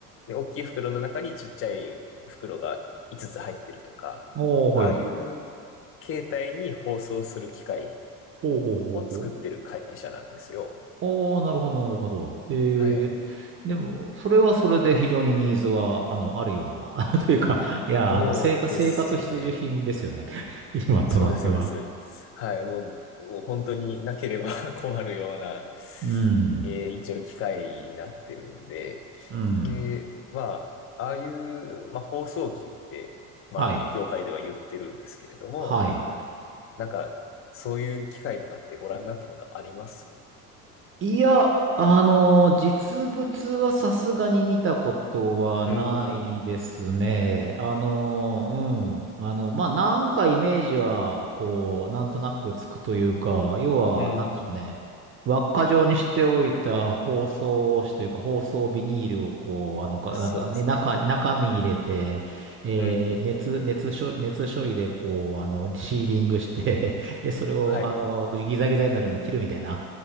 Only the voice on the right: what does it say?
おー、
はい。
ほうほうほうほう。
おー、なるほど、なるほど。えー、
でも、それはそれで非常にニーズは、あの、あるような。<laughs> というか、いや、
あの、生活、生活必需品ですよね。<laughs> 今となっては。
うん。
うん。
はい。
はい。
いや、あのー実物はさすがに見たことはないですね。
あのーうん。あの、まあ、なんかイメージは、こう、なんとなくつくというか、要は、
なんでしょうね。輪っか状にしておいた包装紙というか、包装ビニールをこう、あの、かなんか、
ね、中、中身入れて、えー熱、
熱処、熱処理でこう、あの、シーリングして、で、それを、
あの、ギザギザになるように切るみたいな。